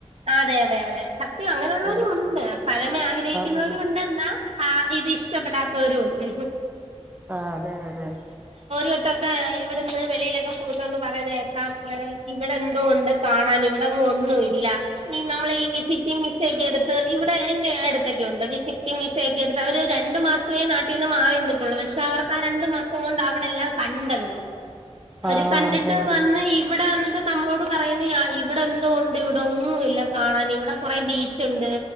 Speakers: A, on the right; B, on the right.
A: അതെയതെയതെ സത്യം അങ്ങനെയുള്ളവരു
B: ആഹ്
A: ഒണ്ട് പഴമ ആഗ്രഹിക്കുന്നവരും
B: ആഹ്
A: ഒണ്ടെന്നാ ആ ഇത് ഇഷ്ടപ്പെടാത്തവരു ഒണ്ട്
B: ആ അതെയതെ
A: ട്ട്ട്ടൊക്കെ ഇവിടുന്ന് വെളീലൊക്കെ <unintelligible> പറയുന്നേക്കാം ഇവിടെ എന്തോണ്ട് കാണാന് ഇവിടെങ്ങും ഒന്നുവില്ല ഈ നമ്മളീ വിസിറ്റിംഗ് സെക്കെടുത്ത് ഇവിടെ എന്റെ അടുത്തൊക്കെ ഉണ്ട് വിസിറ്റിംഗ് വിസെക്കെടുത്ത് അവര് രണ്ടു മാസം സവെ നാട്ടീന്ന് മാറിന്നിട്ടുള്ളു പക്ഷെ അവർക്ക് ആ രണ്ടു മാസം കൊണ്ട് അവിടെല്ലാം കണ്ടവര് അത്
B: ആഹ്
A: കണ്ടിട്ട്
B: അതെ അതെ
A: വന്ന് ഇവിടെ വന്നിട്ട് നമ്മളോട് പറയുന്നെയാ ഇവിടെന്തോ ഉണ്ട് ഇവിടൊന്നുവില്ല കാണാൻ ഇവിടെ കൊറെ ബീച്ചൊണ്ട്